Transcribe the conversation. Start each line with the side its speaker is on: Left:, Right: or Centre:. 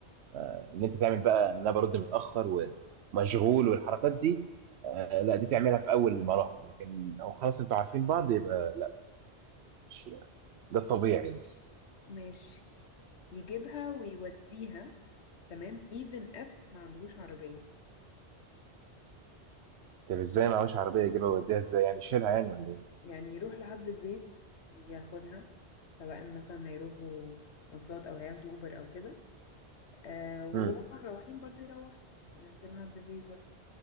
Right: ان انت تعمل بقى ان انا برد متاخر ومشغول والحركات دي آه لا دي تعملها في اول المراحل لكن لو خلاص انتوا عارفين بعض يبقى لا مش ده الطبيعي
Left: ماشي
Right: يعني
Left: ماشي يجيبها ويوديها تمام even if ما عندهوش عربية
Right: طب ازاي معهوش عربيه يجيبها ويوديها ازاي يعني شيلها يعني ولا ايه؟
Left: يعني يروح لحد البيت ياخدها سواء مثلا هيروحوا مواصلات او هياخدوا اوبر او كده آه وهم
Right: امم
Left: مروحين برضو يروح ينزلها عند البيت برضو